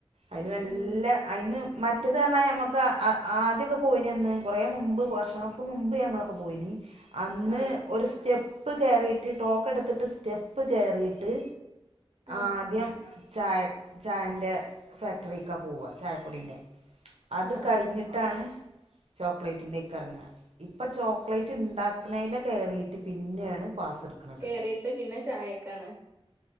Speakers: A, on the right; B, on the right.
A: അതിന് നല്ല
B: ഉം
A: അതിന് മ മറ്റേത് പറഞ്ഞാ ഞമുക്ക് ആദ്യൊക്കെ പോയിന് ന്ന് കുറേ മുമ്പ് വർഷങ്ങൾക്ക് മുമ്പ് ഞങ്ങളൊക്കെ പോയിന് അന്ന്
B: ആഹ്
A: ഒരു സ്റ്റെ സ്റ്റെപ്പ് കെറിയിട്ട് ടോക്ക് എടുത്തിട്ട് സ്റ്റെപ്പ് കെറിയിട്ട്
B: ആഹ്
A: ആദ്യം ചായ ചായൻ്റെ ഫാക്ടറിക്ക പോവ ചായപ്പൊടീൻ്റെ അത്
B: ആഹ്
A: കഴിഞ്ഞിട്ടാണ്
B: ആഹ്
A: ചോക്ലേറ്റിന്റെക്കെ ഇറങ്ങ ഇപ്പൊ ചോക്ലേറ്റ് ഇണ്ടാക്കണേന്റെ കേറിട്ട് പിന്നെയാണ് പാസ് എടുക്കുന്നത്
B: കേറീട്ട് പിന്നെ ചായക്കാണ്